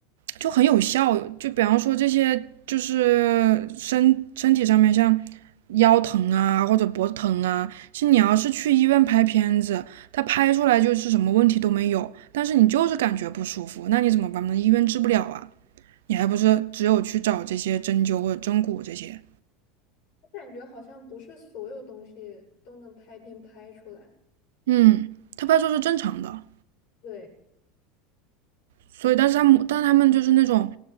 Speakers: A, on the right; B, on the left.
A: 就很有效。就比方说这些，就是身身体上面像腰疼啊或者脖子疼啊，其实你要是去医院拍片子，他拍出来就是什么问题都没有，但是你就是感觉不舒服，那你怎么办呢？医院治不了啊，你还不是只有去找这些针灸或者针骨这些。
B: 我感觉好像不是所有东西都能拍片拍出来。
A: 嗯，他拍出来是正常的。
B: 对。
A: 所以但是他摸，但他们就是那种